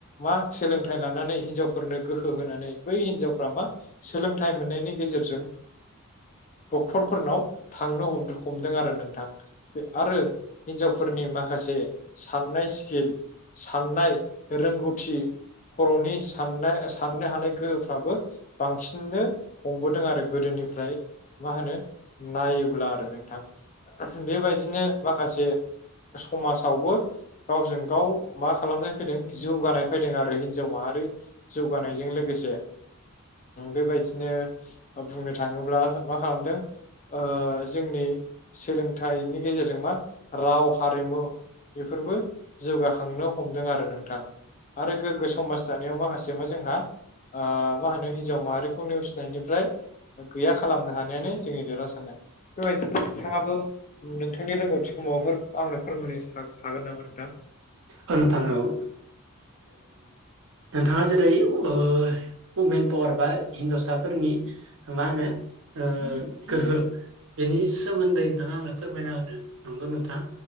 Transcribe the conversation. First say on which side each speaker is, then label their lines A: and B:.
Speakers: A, on the left; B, on the right.
A: मा सोलोंथाइ लानानै हिनजावफोरनो गोहो होनानै बै हिनजावफ्रा मा सोलोंथाइ मोननायनि गेजेरजों डक्टरफोरनाव थांनो हम-हमदों आरो नोंथां आरो हिन्जावफोरनि माखासे साननाय स्किल साननाय रोंगौथि खर'नि सानना साननो हानाय गोहोफ्राबो बांसिननो हमबोदों आरो गोदोनिफ्राय मा होनो नायोब्ला आरो नोंथां बेबायदिनो माखासे समाजावबो गावजों गाव मा खालामनाय फैदों जौगानाय फैदों आरो हिनजाव माहारि जौगानायजों लोगोसे बेबायदिनो बुंनो थाङोब्ला मा खालामदों ओ जोंनि सोलोंथाइनि गेजेरजों मा राव हारिमु बेफोरबो जौगाखांनो हमदों आरो नोंथां आरो गोग्गो समाज दानायाव माखासे मा जोंहा ओ मा होनो हिन्जाव माहारिखौ नेवसिनायनिफ्राय गैया खालामनो हानायानो जोंनि देरहासारनाय बेबायदिब्ला नोंथाङाबो नोंथांनि रोंगौथि खौ माबाफोर आंनो फोरमायनो हा-हागोन नामा नोंथां?
B: औ नोंथां औ ओ नोंथाङा जेरै ओ उमेन पावार बा हिनजावसाफोरनि मा होनो ओ गोहो बेनि सोमोन्दै नोंथाङा आंनो फोरमायना होदो नंगौ नोंथां।